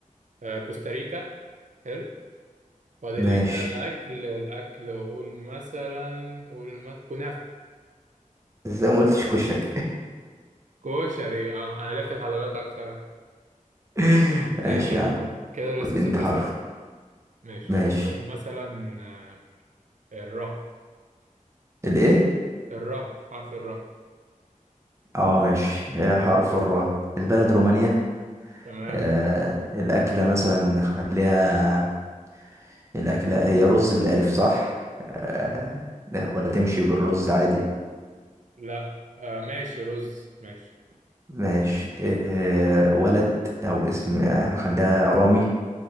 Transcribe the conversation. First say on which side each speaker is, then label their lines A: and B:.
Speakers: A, on the right; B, on the right.
A: آه كوستاريكا حلو فاضل
B: ماشي
A: لي كده الاكل الاكل قول مثلا قول ما... كنافه
B: ازاي ما قلتش كشري
A: كشري اه انا ليا في الحلويات اكتر
B: <laughs>
A: ماشي
B: ماشي
A: يا
B: يا
A: عم
B: عم
A: كده لسه
B: قول لي
A: صفر
B: انت حرف
A: صفر ماشي
B: ماشي
A: خد مثلا آه، الره
B: الايه
A: الره حرف الره
B: اه ماشي آه، حرف الراء البلد رومانيا
A: تمام
B: آه الأكلة مثلا خليها الأكلة هي رز بالألف صح آه لا، ولا تمشي بالرز عادي
A: لا آه ماشي رز ماشي
B: ماشي آه ولد أو اسم آه، خليها رامي